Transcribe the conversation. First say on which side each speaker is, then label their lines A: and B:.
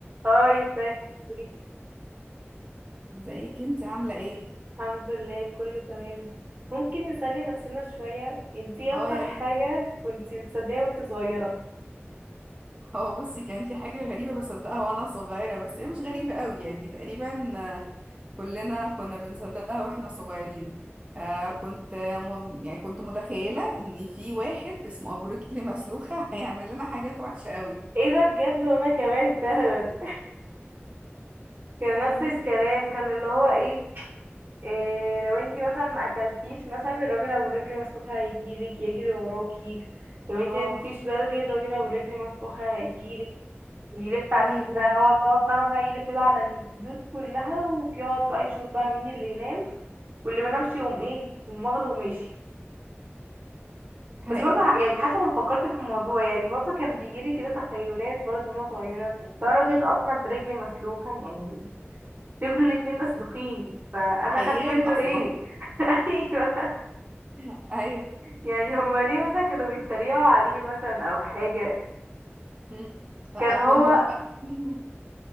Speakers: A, on the right; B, on the right.
A: هاي ازيك عامل ايه؟
B: ازيك انت عاملة ايه؟
A: الحمد لله كله تمام ممكن نسلي نفسنا شوية انتي ايه
B: اه
A: اكتر
B: يا
A: حاجة
B: ريت
A: كنتي بتصدقيها وانتي صغيرة
B: هو بصي كان في حاجة غريبة بصدقها وانا صغيرة بس هي مش غريبة قوي يعني تقريبا آه، كلنا كنا بنصدقها واحنا صغيرين آه كنت آه، م- يعني كنت متخيلة ان في واحد اسمه ابو رجل مسلوخة <laughs> هيعمل لنا حاجات وحشة قوي
A: ايه ده بجد وانا كمان فعلا <laughs> كان
B: آه،
A: نفس الكلام
B: بس
A: كان اللي هو ايه, إيه لو انتي مثلا ما اكلتيش مثلا الراجل ابو رجل مسلوخة هيجيلك يجري وراكي لو انتي
B: اه
A: مقمتيش بدري الراجل ابو رجل مسلوخة هيجيلك يلف عليكي
B: ايوه
A: بقى هو بيقعد فاهمة بقى يلف بقى على البيوت كلها وبيقعد بقى يشوف بقى مين اللي ينام واللي بنامش يقوم ايه يقوم واخده وماشي بس
B: ايوه
A: برضه ح- يعني حتى لما فكرت في الموضوع يعني برضه كان بيجيلي كده تخيلات برضه وانا صغيرة ده راجل اصلا برجل مسلوخة يعني رجله الاتنين مسلوخين فانا
B: عيان
A: اخاف منه
B: اصلا
A: ليه <laughs> ايوه
B: <laughs> ايوه
A: يعني هما ليه مثلا كانوا بيتريقوا عليه مثلا او حاجة
B: م. لا
A: كان هو
B: كنت بخاف منه